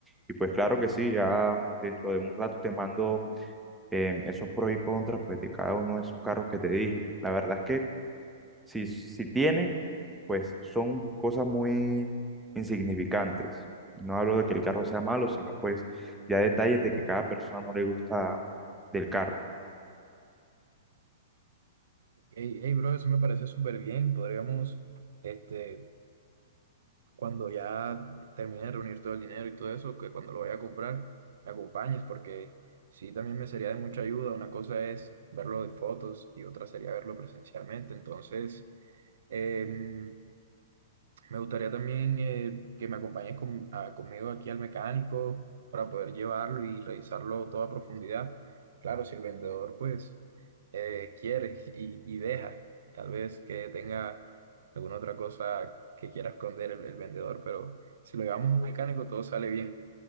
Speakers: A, in the centre; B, on the right (about 60°).
A: Y pues claro que sí, ya dentro de un rato te mando em, esos pros y contras pues, de cada uno de esos carros que te dije. La verdad es que si, si tiene, pues son cosas muy insignificantes. No hablo de que el carro sea malo, sino pues ya detalles de que cada persona no le gusta del carro.
B: Hey, hey, bro, eso me parece súper bien. Podríamos, este, cuando ya termine de reunir todo el dinero y todo eso, que cuando lo vaya a comprar, me acompañes, porque sí, también me sería de mucha ayuda. Una cosa es verlo en fotos y otra sería verlo presencialmente. Entonces, em, Me gustaría también eh, que me acompañes con- a- conmigo aquí al mecánico para poder llevarlo y revisarlo todo a profundidad. Claro, si el vendedor pues eh, quiere y, y deja, tal vez que tenga alguna otra cosa que quiera esconder el, el vendedor, pero si lo llevamos a un mecánico todo sale bien.